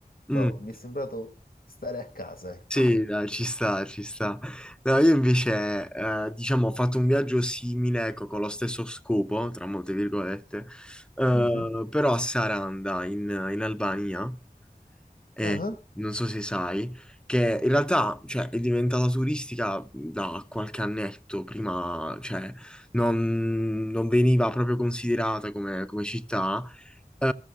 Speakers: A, in the centre; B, on the left.
A: mm,
B: boh, mi è sembrato stare a casa, ecco.
A: Sì, dai, ci sta, ci sta. No, io invece, eh, diciamo, ho fatto un viaggio simile, ecco, con lo stesso scopo, tra molte virgolette, eh,
B: Mhm.
A: però a Saranda, in, in Albania. eh,
B: Ah,
A: non so se sai, che in realtà, cioè, è diventata turistica mhmm, da qualche annetto, prima, cioè, non, non veniva proprio considerata come, come città, eh,